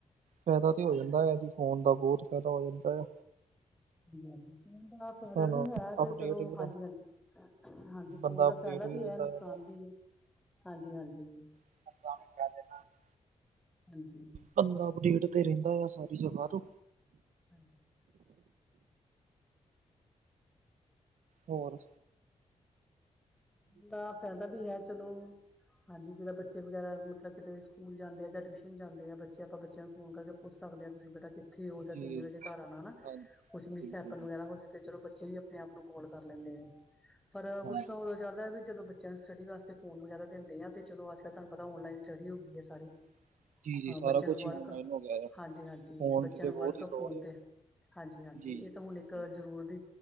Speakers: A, on the right (about 90°); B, in the centre.
A: ਫਾਇਦਾ ਤੇ ਹੋ
B: ਹਾਂਜੀ
A: ਜਾਂਦਾ ਹੈ ਜੀ ਫੋਨ ਦਾ ਬੌਤ ਫਾਇਦਾ ਹੋ ਜਾਂਦਾ ਹੈ।
B: ਹ ਹਾਂਜੀ ਦਾ
A: ਸਾਨੂੰ
B: <unintelligible> ਵੀ ਹੈ ਤੇ
A: ਅਪਡੇਟ
B: ਚਲੋ
A: ਵੀ
B: ਹਾਂਜੀ- ਹਾਂਜੀ। ਹਾਂਜੀ
A: ਬੰਦਾ
B: ਫੋਨ ਦਾ
A: ਅਪਡੇਟ
B: ਫਾਇਦਾ ਵੀ
A: ਰਹਿੰਦਾ
B: ਹੈ ਨੁਕਸਾਨ
A: ਆ,
B: ਵੀ ਹੈ ਹਾਂਜੀ-ਹਾਂਜੀ।
A: <unintelligible>
B: <unintelligible>
A: ਬੰਦਾ ਅਪਡੇਟ ਤੇ ਰਹਿੰਦਾ ਆ ਸਾਰੀ ਜਗਾ ਤੋ।
B: ਹਾਂਜੀ
A: ਹੋਰ
B: ਦਾ ਫਾਇਦਾ ਵੀ ਹੈ ਚਲੋ ਹਾਂਜੀ ਜਿਦਾ ਬੱਚੇ ਵਗੈਰਾ ਮਤਲਬ ਕਿਤੇ ਸਕੂਲ ਜਾਂਦੇ ਆ ਜਾ ਟਿਊਸ਼ਨ ਜਾਂਦੇ ਆ ਬੱਚੇ ਆਪਾਂ ਬੱਚਿਆ ਨੂੰ ਫੋਨ ਕਰਕੇ ਪੁੱਛ ਸਕਦੇ ਹੋ ਤੁਸੀ ਬੇਟਾ ਕਿ ਕਿੱਥੇ ਹੋ
A: ਜੀ
B: ਕਿੰਨੇ ਵਜੇ ਘਰ ਆਣਾ ਹਨਾ
A: ਹਾਂਜੀ
B: ਕੁਛ ਮਿਸ
A: ਬਿਲਕੁਲ
B: ਹੈਪਨ
A: ਜੀ
B: ਵਗੈਰਾ ਹੋ ਜੇ ਤੇ ਚਲੋ ਬੱਚੇ ਵੀ ਆਪਣੇ ਆਪ ਨੂੰ ਕਾਲ ਕਰ ਲੈਂਦੇ ਆ ਪਰ
A: ਹਾਂਜੀ
B: ਗੁੱਸਾ ਉਹਦੋ ਚੜਦਾ ਵੀ ਜਦੋਂ ਬੱਚਿਆਂ ਨੂੰ ਸਟਡੀ ਵਾਸਤੇ ਫੋਨ ਵਗੈਰਾ ਦਿੰਦੇ ਆ ਤੇ ਚਲੋ ਅੱਜ ਕੱਲ ਪਤਾ ਆਨਲਾਈਨ ਸਟੱਡੀ ਹੁੰਦੀ ਹੈ ਸਾਰੀ।
A: <inaudible>
B: ਹਾਂ
A: ਸਾਰਾ
B: ਬੱਚਿਆਂ
A: ਕੁਝ
B: ਨੂੰ ਵਰਕ,
A: ਹੀ ਆਨਲਾਈਨ ਹੋ ਗਿਆ ਹੈ
B: ਹਾਂਜੀ-ਹਾਂਜੀ
A: ਫੋਨ
B: ਬੱਚਿਆਂ
A: ਦੀ ਤੇ
B: ਨੂੰ
A: ਬਹੁਤ
B: ਵਰਕ
A: ਹੀ ਲੋੜ
B: ਫੋਨ
A: ਹੈ
B: ਤੇ ਹਾਂਜੀ-ਹਾਂਜੀ
A: ਜੀ
B: ਇਹ ਤਾਂ ਹੁਣ
A: ਬਿਲਕੁਲ।
B: ਇੱਕ ਜਰੂਰਤ ਦੀ